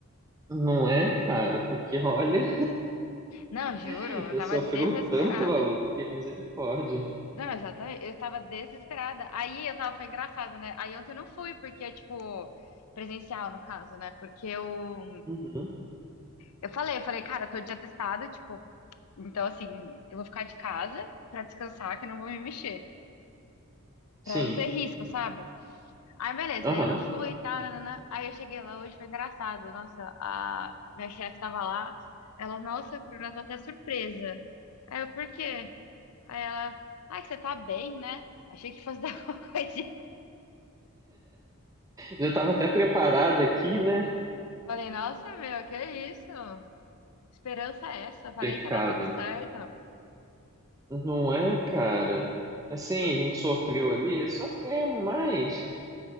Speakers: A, on the right; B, on the left.
A: Não é, cara? Porque, olha,
B: Não, juro,
A: <laughs>
B: eu
A: já
B: tava
A: sofreu
B: desesperada.
A: tanto, maluco, que misericórdia.
B: Não, exatamente. Eu tava desesperada. Aí eu tava, foi engraçado, né? Aí ontem eu não fui, porque, é tipo, presencial, no caso, né? Porque eu,
A: Uhum.
B: eu falei, eu falei, cara, eu tô de atestado, tipo, então, assim, eu vou ficar de casa pra descansar, que eu não vou me mexer,
A: Sim.
B: pra não ter risco, sabe? Aí, beleza,
A: Aham.
B: aí eu não fui e tal, nananã. Aí eu cheguei lá hoje, foi engraçado. Nossa, a minha chefe tava lá, ela, nossa, Bruna, eu tô até surpresa. Aí eu, por quê? Aí ela, ai, que você tá bem, né? Achei que fosse dar alguma <laughs> coisa
A: Já tava até preparada aqui, né?
B: Falei, nossa, meu, que é isso? Esperança é essa? Falei
A: Pecado.
B: que ia dar tudo certo.
A: Não é, cara? Assim,
B: Sim,
A: a gente sofreu ali, sofremos mais.